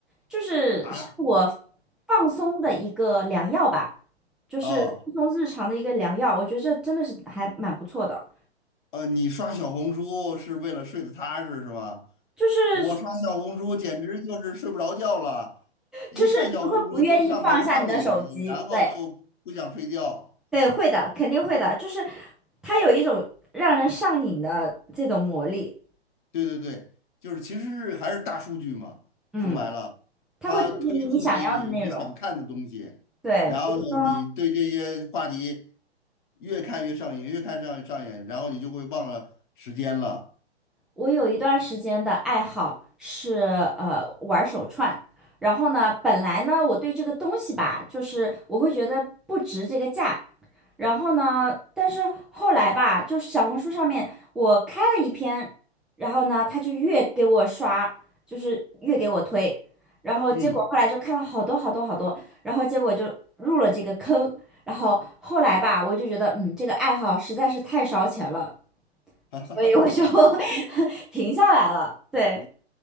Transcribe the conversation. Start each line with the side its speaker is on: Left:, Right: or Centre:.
Centre: 就是是我
Left: 啊
Centre: 放松的一个良药吧，就是放松日常的一个良药，
Left: 哦
Centre: 我觉得这真的是还蛮不错的，
Left: 呃，你刷小红书是为了睡得踏实是吧？
Centre: 就是
Left: 我刷小红书简直就是睡不着觉了，一看小红书就上头上瘾，
Centre: 就是你会不愿意放下你的手机，
Left: 然后就不想睡觉。
Centre: 对对，会的，肯定会的，就是它有一种让人上瘾的这种魔力。
Left: 对对对，就是其实是还是大数据嘛，
Centre: 嗯，
Left: 说白了，
Centre: 他会推荐你你想要的内容。
Left: 它推送给你你想看的东西，
Centre: 对，
Left: 然后呢，
Centre: 比如说，
Left: 你对这些话题越看越上瘾，越看上上瘾，然后你就会忘了时间了。
Centre: 我有一段时间的爱好是呃玩手串，然后呢，本来呢我对这个东西吧，就是我会觉得不值这个价，然后呢，但是后来吧，就是小红书上面我开了一篇，然后呢，他就越给我刷，就是越给我推，然后结果后来就看了好多好多好多，
Left: 嗯，
Centre: 然后结果就入了这个坑，然后后来吧，我就觉得嗯，这个爱好实在是太烧钱了。
Left: <laughs>
Centre: 所以我就 <laughs> 停下来了。对，